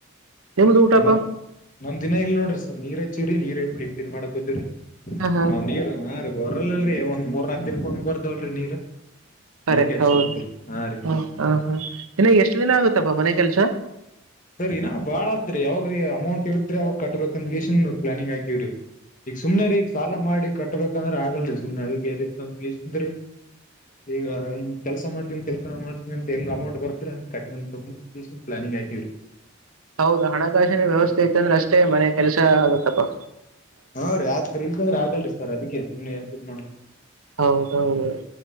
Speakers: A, on the right; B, on the left.
A: ನಿಮ್ದ ಊಟಪಾ
B: ಮತ್ ನಮ್ ಇನ್ನ ಎಲ್ಲಿ ನೋಡ್ರಿ ನೀರ್ ಹಚ್ಚಿವವ್ರಿ ನೀರ್ ಪೈಪ್ ಇ ಮಾಡಕ್ಕೋತೀರರಿ
A: ಹಾ ಹಾ
B: ನೀ ಹೊರಲ್ಲಲ್ ಒಂದ ಮೂರ್ ನಾಲ್ಕ ದಿನಕ್ಕೆ ಹೊಂದ್ ಬರ್ದವಳರರಿ ನೀರ್
A: ಕರೆಕ್ಟ್
B: ಅದಕ್ಕೆ ಹಚ್ಚಿ
A: ಹೌದು
B: ಹಾಕುದ್ರಿ ಹಾ ರೀ
A: ಹ ಹಾ ಹಾ ಇನ್ನು ಎಷ್ಟ ದಿನ ಆಗುತ್ತಪ್ಪಾ ಮನೆ ಕೆಲ್ಸ
B: ಸರಿ ನಾ ಬಾಳ ಅತ್ರಿ ಯಾವಾಗ್ರೀ ಅಮೌಂಟ್ ಇರದ್ರಿ ಅವಾಗ ಕಟ್ಬೇಕಂದ ಇಷ್ಟನ್ ಪ್ಲಾನಿಂಗ್ ಹಾಕಿವವ್ರಿ ಈಗ ಸುಮ್ನೆ ರೀ ಈಗ ಸಾಲ ಮಾಡಿ ಕಟ್ಟಬೇಕಂದ್ರೆ ಆಗಲ್ರರಿ ಸುಮ್ನೆ ಅದಿಗೆ ಅದ ಅಂತ ಎಷ್ಟನ್ ಈಗ ಕೆಲಸ ಮಾಡ್ತನಿ ಕೆಲ್ಸ ಮಾಡ್ತನಿ ಅಂತ ಹೆಂಗ್ ಅಮೌಟ್ ಬರ್ತಾರೆ ಪ್ಲಾನಿಂಗ್ ಆಯತವ್ರಿ
A: ಹೌದು ಹಣಕಾಸಿನ ವ್ಯವಸ್ಥೆ
B: ರೀ
A: ಇತ್ತಂದ್ರೆ ಅಷ್ಟೇ ಮನೆ ಕೆಲಸ ಆಗತ್ತಪ್ಪಾ
B: ಹಾ ರ ಆದ್ರರಿ ಇಲ್ ಅಂದ್ರೆ ಆಗಲ್ರಿ ಸರ್ ಅದಕ್ಕೆ ಸುಮ್ನೆ ಯ್ ಮಾಡ್ಬ
A: ಹೌದೌದು